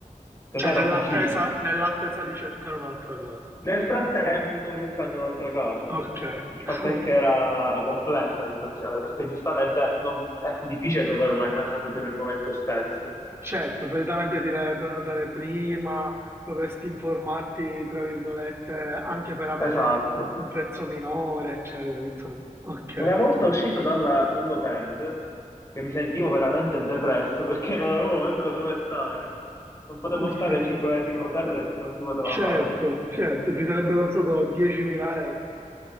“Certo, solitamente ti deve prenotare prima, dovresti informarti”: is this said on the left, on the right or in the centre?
Right